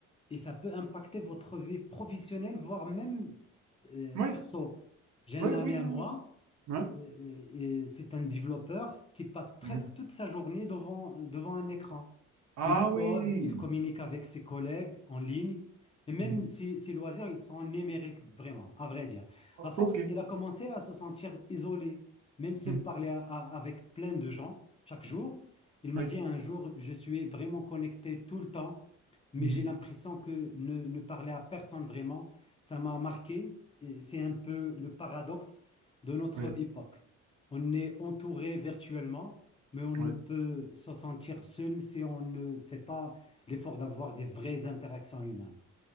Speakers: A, on the left; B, on the right.
A: et ça peut impacter votre vie professionnelle, voire même euh,
B: Oui,
A: perso. J'ai un
B: oui,
A: ami
B: oui,
A: à
B: oui,
A: moi,
B: oui. Ouais.
A: et, et- et c'est un développeur qui passe presque
B: Mhm.
A: toute sa journée devant, devant un écran.
B: Ah
A: Il code,
B: oui.
A: il communique avec ses collègues en ligne, et même
B: Mhm.
A: ses, ses loisirs, ils sont numériques, vraiment, à vrai dire.
B: O-
A: À force,
B: Ok.
A: il a commencé à se sentir isolé, même s'il
B: Mhm.
A: parlait à- à- avec plein de gens chaque jour. Il m'a
B: Oui.
A: dit un jour, je suis vraiment connecté tout le temps mais
B: Mhm.
A: j'ai l'impression que ne, ne parler à personne vraiment, ça m'a marqué. Et C'est un peu le paradoxe de notre
B: Oui.
A: époque. On est entouré virtuellement, mais on ne
B: Oui.
A: peut se sentir seul si on ne fait pas l'effort d'avoir des vraies interactions humaines.